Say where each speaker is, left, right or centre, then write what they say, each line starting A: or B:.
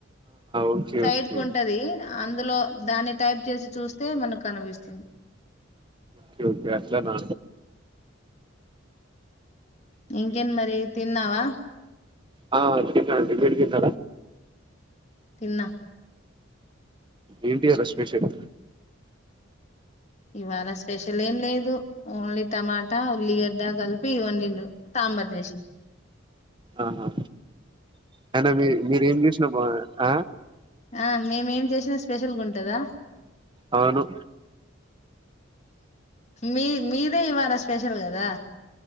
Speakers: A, on the right; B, on the left.
A: ఓకే
B: సైడ్
A: ఓకే
B: కు ఉంటది అందులో దాన్ని టైప్ చేసి చూస్తే మనకు కనిపిస్తుంది
A: ఓకే ఓకే అట్ల నా
B: ఇంకేంటి మరి తిన్నావా
A: ఆ తిన్న అండి ఇప్పుడె తిన్న
B: తిన్నా
A: ఎంటి ఈయళ స్పెషల్
B: ఇవాళ స్పెషల్ ఏం లేదు ఓన్లీ టమాటా ఉల్లిగడ్డ కలిపి వండిడ్రు సా సాంబర్ జేస్నాం
A: ఆహా అయినా మీ మీరేం జేసినా బానే ఆ
B: ఆ మేమేం చేసినా స్పెషల్గా ఉంటదా
A: అవును
B: మీ మీదే ఇవాళ స్పెషల్ కదా